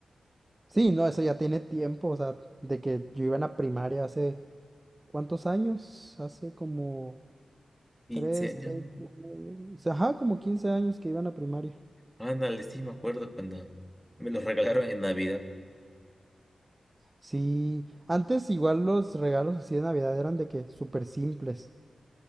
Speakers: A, on the right; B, in the centre.
A: Sí, no, eso ya tiene tiempo, o sea, de que yo iba en la primaria hace... ¿Cuántos años? Hace como...
B: <laughs> 15
A: Tres,
B: años.
A: seis,
B: ¿no?
A: nueve, diez, once, Ajá, como 15 años que iba en la primaria.
B: Ándale, sí, me acuerdo cuando me los regalaron en Navidad.
A: Sí, antes igual los regalos así de Navidad eran de que súper simples.